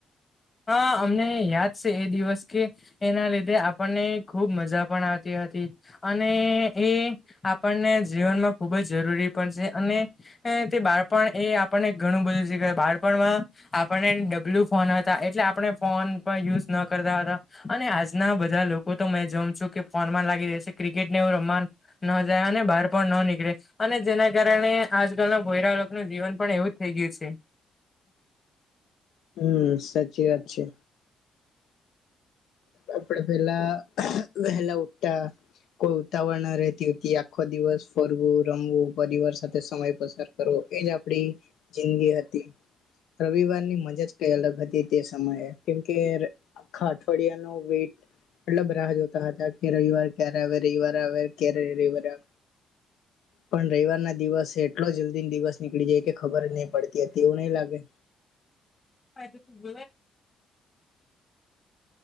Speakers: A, on the left; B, on the left.
A: હા અમને યાદ છે એ દિવસ કે એના લીધે આપણને ખુબ મજા પણ આવતી હતી અને એ આપણને જીવનમાં ખુબ જ જરૂરી પણ છે અને તે બાળપણ એ આપણને ઘણું બધું શીખવે બાળપણમાં આપણને ડબલું ફોન હતા એટલે આપણે ફોન પણ યુઝ ના કરતા હતા અને આજના બધા લોકો તો મે જોમ છું કે ફોન મા લાગી ક્રિકેટ ને એવું રમવા ન જાય અને બહાર પણ ન નીકળે અને જેના કારણે આજકાલના ભોયરા લોકનું જીવન પણ એવું જ થઈ ગયું છે
B: હમ સાચી વાત છે આપડે પેલા વહેલા ઊઠતા કોઈ ઉતાવળ ન રહેતી હતી આખો દિવસ ફરવું રમવું પરિવાર સાથે સમય પસાર કરવો એજ આપડી જિંદગી હતી રવિવારની મજા જ કઈ અલગ હતી તે સમયે કેમકે આખા અઠવાડિયા નો વેટ મતલબ રાહ જોતા હતા કે રવિવાર ક્યારે આવે રવિવાર આવે ક્યારે
A: <inaudible>
B: પણ રવિવાર ના દિવસે એટલો જલ્દી દિવસ નીકળી જાય કે ખબર નહી પડે ત્યાં તેવું નહી લાગે
A: હા તો તું ગ